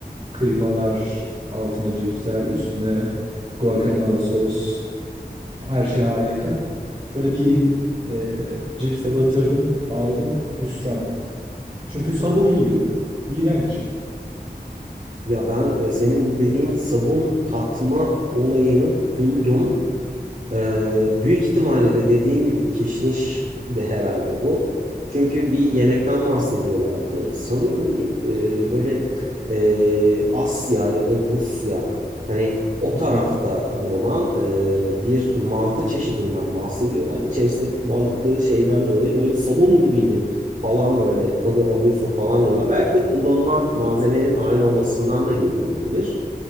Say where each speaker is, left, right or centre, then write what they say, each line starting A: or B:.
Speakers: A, on the right; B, on the right.
A: kıymalar, altına cipsler, üstüne guacamole sos, her şey harika. Şöyle bir e, cipse batırdım, aldım hüsran. Çünkü sabun yiyorum. İğrenç.
B: Ya ben e, senin bu dediğin sabun tatma olayını duydum. Ee, büyük ihtimalle de dediğin gibi kişniş de herhalde bu. Çünkü bir yemekten bahsediyorlardı. Sanıyorum bir e, böyle e, Asya ya da Rusya hani o
A: <laughs>
B: tarafta bulunan e, bir mantı çeşidinden bahsediyorlar. İçerisinde kullandıkları şeyden dolayı böyle bir sabun gibiydi falan böyle tadı alıyorsun falan diyorlar. Belki de kullanılan malzemenin aynı olmasından da geliyor olabilir.